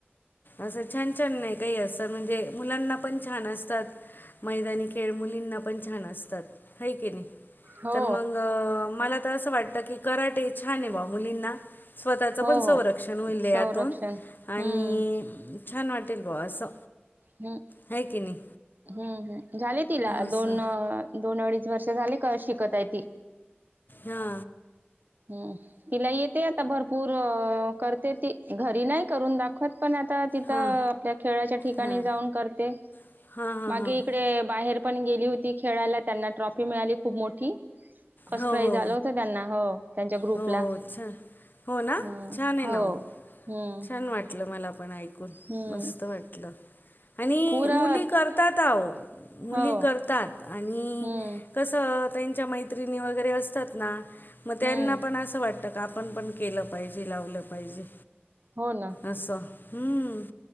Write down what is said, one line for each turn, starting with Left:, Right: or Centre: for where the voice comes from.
Left: असं छान छान नाही काही असं म्हणजे, मुलांना पण छान असतात मैदानी खेळ मुलींना पण छान असतात, है कीनी
Right: हो
Left: तर मंग मला तर असं वाटतं की, कराटे छान आहे बा मुलींना स्वतःचं
Right: हो
Left: पण
Right: हो
Left: संरक्षण होइल यातून,
Right: संरक्षण
Left: आणि
Right: हम्म
Left: छान वाटेल भाऊ असं.
Right: हम्
Left: है की नाही
Right: हम्म हम्म, झाले तिला,
Left: असं
Right: दोन दोन अडीच वर्ष झाले का शिकत आहे ती
Left: हा.
Right: हम, तिला येत येते आता भरपूर करते ती, घरी नाही करून दाखवत पण आता तिथं
Left: हां
Right: आपल्या खेळाच्या ठिकाणी
Left: हां
Right: जाऊन करते
Left: हां हां
Right: मागे
Left: हां
Right: इकडे बाहेर पण गेली होती ती खेळायला, त्यांना ट्रॉफी मिळाली खूप मोठी फर्स्ट
Left: हो
Right: प्राईज
Left: हो
Right: आलं होत त्यांना हो त्यांच्या ग्रुपला,
Left: हो हो हो छान हो ना
Right: हं
Left: छान आहे
Right: हो
Left: ना
Right: हम्म
Left: छान वाटलं मला पण ऐकून,
Right: हम्म
Left: मस्त वाटलं. आणि
Right: पुरा
Left: मुली करतात आवो, मुली
Right: हो
Left: करतात आणि आणि
Right: हम्म
Left: कसं त्यांच्या मैत्रिणी वगैरे असतात ना, मग त्यांना
Right: हम्म
Left: पण असं वाटतं का आपण पण केलं पाहिजे, लावलं पाहिजे
Right: हो ना.
Left: अस, हम्म.